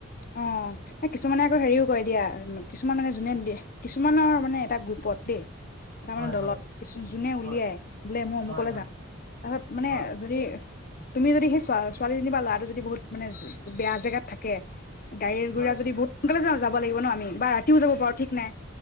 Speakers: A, on the left; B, on the right.
A: অ' কিছুমানে আকৌ হেৰিও কৰে দিয়া। কিছুমান মানে যোনে দিয়ে কিছুমানৰ মানে এটা গ্ৰুপত দেই। এটা
B: হয়
A: মানে দলত
B: হয়
A: কিছু যোনে উলিয়াই
B: হয়
A: বোলে মই অমুকলৈ
B: হয় হয়
A: যাম তাৰপিছত মানে
B: হয়
A: যদি তুমি যদি সেই ছোৱালীজনী বা ল'ৰাটো যদি বহুত মানে বেয়া জেগাত থাকে গৰি,
B: হয়
A: গুৰা যদি বুৰ খুনকলে যওঁ যাব লাগিব ন আমি? বা ৰাতিও যাব পাৰো ঠিক নাই